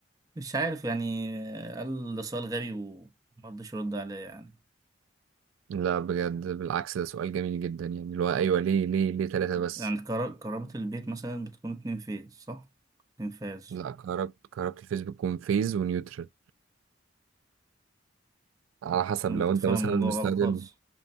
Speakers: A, on the right; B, on the right.
A: مش عارف يعني قال ده سؤال غبي وما رضيش يرد عليا يعني
B: لا بجد بالعكس ده سؤال جميل جدا يعني اللي هو ايوه ليه ليه ليه ثلاثة بس
A: يعني كرا- كهرباء البيت مثلا بتكون اتنين فيز صح؟ اتنين فيز
B: لا كهربت كهربة الفيز بتكون فيز ونيوترال على
A: صح.
B: حسب
A: أنا
B: لو
A: كنت
B: انت
A: فاهم
B: مثلا
A: الموضوع
B: مستخدم
A: غلط خالص